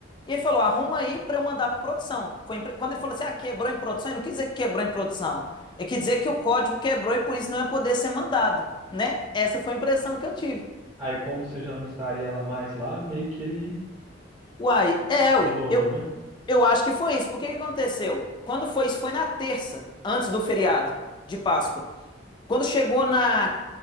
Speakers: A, on the left; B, on the right.
A: e ele falou, arruma aí para eu mandar para produção. Foi em pre- Quando ele falou assim, ah, quebrou em produção, ele não quis dizer que quebrou em produção. Ele quis dizer que o código quebrou e por isso não ia poder ser mandado, né? Essa foi a impressão que eu tive.
B: Aí como você já não estaria lá mais lá, meio que ele
A: Uai, é, ué.
B: ignorou,
A: Eu,
B: né?
A: Eu acho que foi isso. Porque que que aconteceu? Quando foi isso? Foi na terça, antes do feriado de Páscoa. Quando chegou na